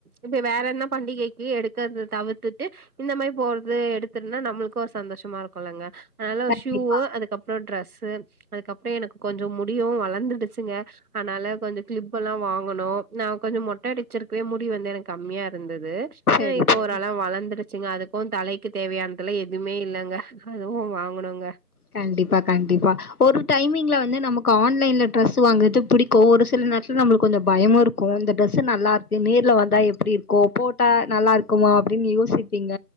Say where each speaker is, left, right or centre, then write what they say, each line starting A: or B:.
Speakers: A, on the right (about 65°); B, on the left (about 65°).
A: இப்ப வேற என்ன பண்டிகைக்கு எடுக்கறது தவிர்த்துட்டு இந்த மாரி போறது எடுத்துன்னா நம்மளுக்கு ஒரு சந்தோஷமா இருக்குலங்க நல்ல ஒரு
B: கண்டிப்பா.
A: ஷூவு அதுக்கப்புற ட்ரெஸூ அதுக்கப்புற எனக்கு கொஞ்ச முடியு வளர்ந்துடுச்சுங்க அதனால கொஞ்ச கிளிப் எல்லா வாங்கணு நா கொஞ்ச மொட்ட அடிச்சிருக் கே முடி வந்து எனக்கு கம்மியா இருந்த து
B: சரி,
A: இப்ப
B: சரி.
A: ஓரளவு வளர்ந்துரு சிங்க அதுக்கு தலைக்கு தேவையானதுல எதுவுமே இல்லங்க அதுவு வாங்கணுங்க
B: கண்டிப்பா கண்டிப்பா ஒரு டைமிங் ல வந்து நமக்கு ஆன்லைன்ல டிரெஸூ வாங்கது பிடிக்கு ஒரு சில நேரத்துல நம்மளுக்கு கொஞ்ச பயமு இருக்கு இந்த ட்ரெஸ் நல்லா இருக்கு நேர்ல வந்தா எப்டி இருக்கோ போட்டா நல்லா இருக்குமா அப்டின்னு யோசிப்பீங்க